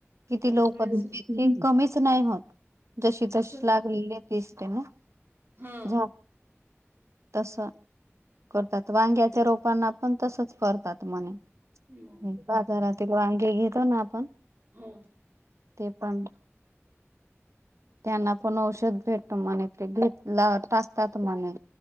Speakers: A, on the right; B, on the right.
A: किती
B: लगेच
A: लोक
B: मिळशील
A: कमीच नाही होत जशी तशी
B: असं
A: लागलेली तिसरे ना
B: हा
A: झा तस करतात वांग्याच्या रोपांना पण तसच करतात मणे
B: मग
A: बाजारातील वांगी घेतो ना आपण
B: हा
A: ते पण त्यांना पण औषध भेटतो म्हणे ते घेतला टासतात म्हणे